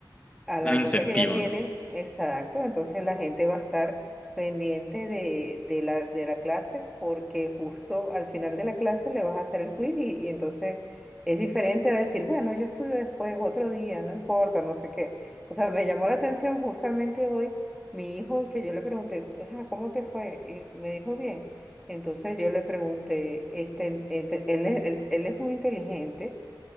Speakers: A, in the centre; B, on the left (about 15°).
A: a la
B: Un incentivo,
A: nota que ya tienen,
B: ¿no?
A: exacto, entonces la gente va a estar pendiente de, de la, de la clase porque justo al final de la clase le vas a hacer el quiz y, y entonces es diferente a decir, bueno, yo estudio después, otro día, no importa, no sé qué. O sea, me llamó la atención justamente hoy mi hijo que yo le pregunté, "Ajá, ¿cómo te fue? Y me dijo bien. Entonces yo le pregunté, este, ente- él, es- él él es muy inteligente